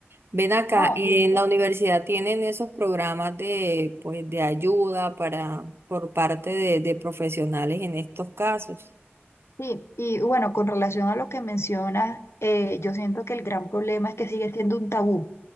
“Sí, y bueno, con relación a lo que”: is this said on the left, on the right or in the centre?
Left